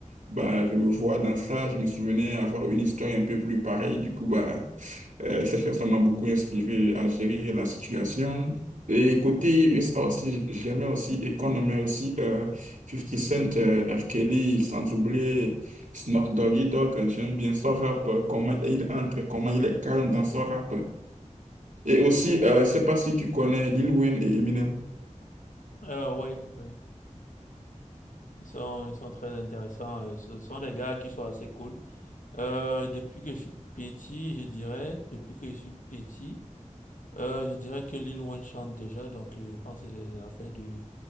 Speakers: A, on the right; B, on the left.
A: bah, je me vois dans ça. Je me souvenais avoir une histoire un peu plus pareille. Du coup, bah, euh, cette chanson m'a beaucoup inspiré à gérer la situation. Et côté USA aussi, j'aimais aussi Akon, mais aussi euh, 50 Cent, euh, R. Kelly, sans oublier Snoop Doggy Dogg. J'aime bien son rap, euh, comment il entre, comment il est calme dans son rap. Et aussi, euh, je ne sais pas si tu connais Lil Wayne et Eminem.
B: Euh, oui, oui. Ils sont, ils sont très intéressants. Euh, Ce sont des gars qui sont assez cool. Euh, depuis que je suis petit, je dirais, depuis que je suis petit, Euh, je dirais que Lil Wayne chante déjà, donc euh, je pense que c'est l'affaire de